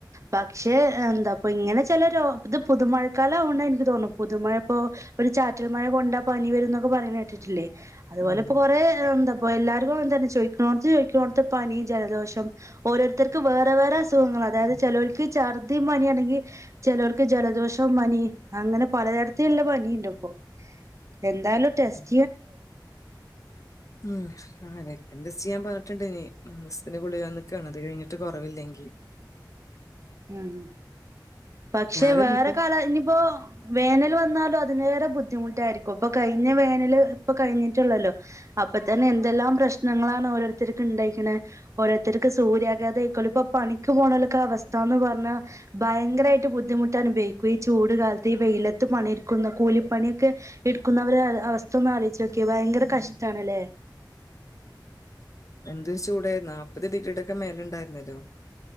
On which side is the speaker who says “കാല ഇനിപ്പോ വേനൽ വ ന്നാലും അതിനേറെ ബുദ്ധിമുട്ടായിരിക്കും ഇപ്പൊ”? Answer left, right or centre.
Right